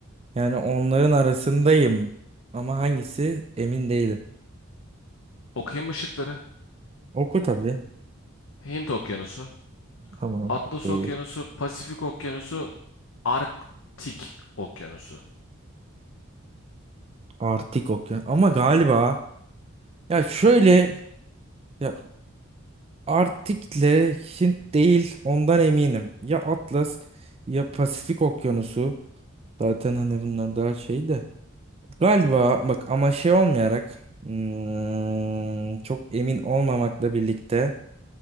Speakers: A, on the right (about 30°); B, on the left (about 65°).
A: Yani onların arasındayım. Ama hangisi emin değilim.
B: Okyanus ışıkları,
A: Oku tabii.
B: Hint Okyanusu,
A: Tamam.
B: Atlas
A: okey.
B: Okyanusu, Pasifik Okyanusu, Arktik Okyanusu.
A: Artık okey. Ama galiba ya şöyle ya Arktik'le Hint değil ondan eminim. Ya Atlas ya Pasifik Okyanusu. Zaten hani bunlar daha şey de. Galiba bak ama şey olmayarak hmm, çok emin olmamakla birlikte